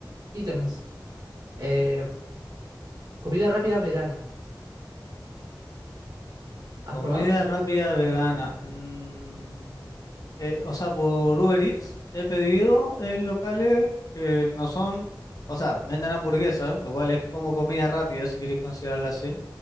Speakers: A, on the right; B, on the left.
A: ítems. Eh, comida rápida vegana. ¿Has
B: Comida
A: probado?
B: rápida vegana. Mm, eh, o sea, por Uber Eats he pedido en locales que no son, o sea, venden hamburguesas, lo cual es como comida rápida, si queréis considerarla así